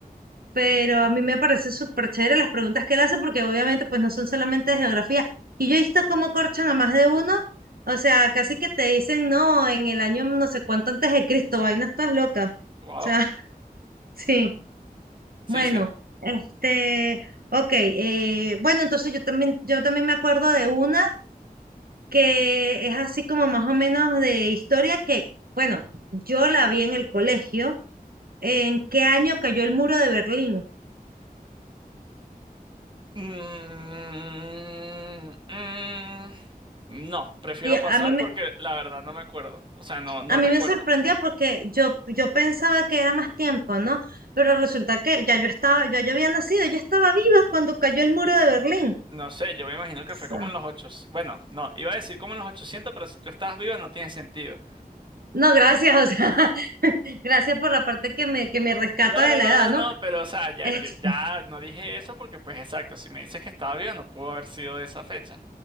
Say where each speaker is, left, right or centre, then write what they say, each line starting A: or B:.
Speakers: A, on the right; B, on the right.
A: pero a mí me parece súper chévere las preguntas que él hace porque obviamente pues no son solamente de geografía. Y yo he visto cómo corchan a más de uno, o sea, casi que te dicen, no, en el año no sé cuánto antes de Cristo, ay, no estás loca. O
B: Wow.
A: sea, <laughs> sí,
B: Sí,
A: bueno,
B: sí.
A: este, ok, eh, bueno, entonces yo también, yo también me acuerdo de una que es así como más o menos de historia que, bueno, yo la vi en el colegio, en qué año cayó el muro de Berlín.
B: Mm, mm, no, prefiero
A: Y a
B: pasar
A: mí, me
B: porque la verdad no me acuerdo. O sea, no, no
A: A mí
B: recuerdo.
A: me sorprendía porque yo, yo pensaba que era más tiempo, ¿no? Pero resulta que ya yo estaba, yo, yo había nacido, yo estaba viva cuando cayó el muro de Berlín.
B: No sé, yo me imagino que
A: sea,
B: fue como en los 800. Bueno, no, iba a decir como en los 800, pero si tú estás viva no tiene sentido.
A: no, gracias, o sea, <laughs> gracias por la parte que me, que me rescata
B: No, no,
A: de la
B: no,
A: edad,
B: no,
A: ¿no?
B: no, pero o sea, ya,
A: Este,
B: yo- ya no dije eso porque pues exacto, si me dices que estaba viva no pudo haber sido de esa fecha.